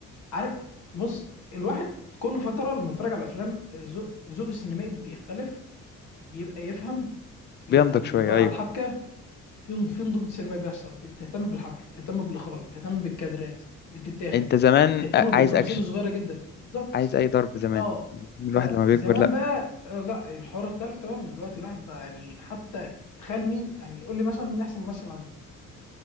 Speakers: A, on the left; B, on the left.
A: عارف بص الواحد كل فتره لما اتفرج على افلام ذوق ذوق السينمائي بيختلف بيبقى يفهم بيبقى
B: بينضج
A: بيدور
B: شوية أيوه
A: على الحبكه في نض- في نضوج سينمائي بيحصل بتهتم بالحبكه بتهتم بالاخراج بتهتم بالكادرات اللي بتتاخد
B: أنت زمان
A: بتهتم بالتفاصيل
B: عايز أكشن
A: الصغيره جدا بالظبط
B: عايز اي ضرب زمان
A: اه
B: الواحد
A: فزمان
B: لما بيكبر لا
A: بقى آه، لا الحوار اختلف تماما دلوقتي الواحد بقى يعني حتى يعني تخيل مين يعني قول لي مثلا مين احسن ممثل عندك